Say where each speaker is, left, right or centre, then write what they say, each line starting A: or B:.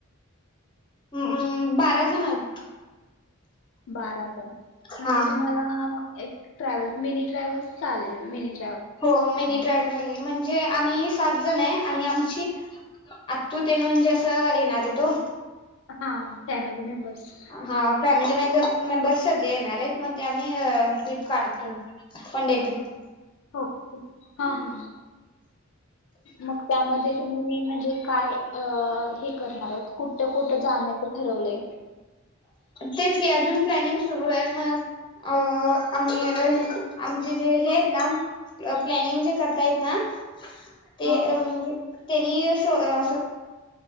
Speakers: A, on the left (about 20°); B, on the left (about 60°).
A: ऊं ऊं बारा जण आहोत.
B: बाराजन म्हणजे
A: हा
B: तुम्हाला एक ट्रॅव्हल्स मिनी ट्रॅव्हल्स. चालेल मिनी
A: हो मिनी
B: ट्रॅव्हल
A: ट्राव्हल चालेल म्हणजे म्हणजे आम्ही सात जण आहे आणि आमची आत्तु तेन म्हणजे असं येणार येत हो.
B: हां. फॅमिली मेंबर्स
A: हा फॅमिली मेंबर. मेंबर्स सगळे येणार आहेत मग ते आम्ही ट्रिप काढतोय. वन डे ट्रिप
B: हा हा मग त्यामध्ये तुम्ही मेन म्हणजे काय हे करणार आहेत कुठं कुठं जाण्याचं ठरवलंय?
A: तेच की अजून प्लॅनिंग सुरू आहे. मग अं आम्ही आमचे जे हे आहेत ना प्लॅनिंग जे करतायेत ना ते
B: हां
A: म्हणजे त्यांनी असं